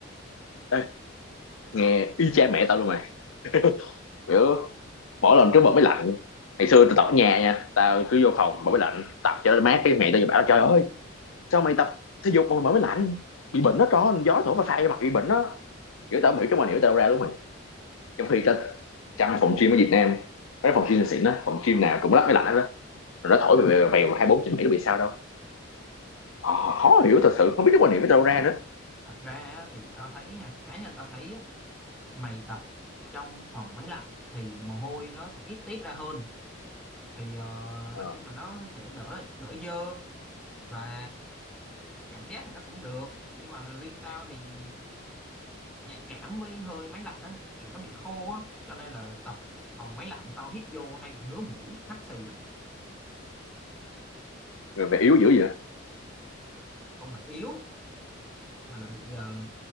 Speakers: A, on the left; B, in the centre.
A: ê, nghe y chang mẹ tao luôn mày <laughs> kiểu mỗi lần trước bật máy lạnh ngày xưa tao tập ở nhà nha tao cứ vô phòng mở máy lạnh tập cho nó mát cái mẹ tao vừa bảo trời ơi sao mày tập thể dục mà mày mở máy lạnh bị bệnh đó tròn gió thổi phà phà mặt bị bệnh đó kiểu tao không hiểu cái mà hiểu tao đâu ra đúng mày trong khi tao trong phòng gym ở Việt Nam cái phòng gym xịn đó phòng gym nào cũng lắp máy lạnh hết đó rồi nó thổi về vèo hai bốn trên bảy nó bị sao đâu Ờ, khó hiểu thật sự không biết cái quan niệm của tao đâu ra nữa
B: thật ra á, thì tao thấy nha cá nhân tao thấy á, mày tập trong phòng máy lạnh thì mồ hôi nó sẽ ít tiết ra hơn thì ờ,
A: Ờ,
B: nói chung là nó sẽ đỡ đỡ dơ và cảm giác này nó cũng được nhưng mà riêng tao thì nhạy cảm với hơi máy lạnh á kiểu nó bị khô á cho nên là tập phòng máy lạnh tao hít vô hay bị ngứa mũi hắt xì lắm
A: về yếu dữ vậy
B: không phải yếu mà là bị ờ,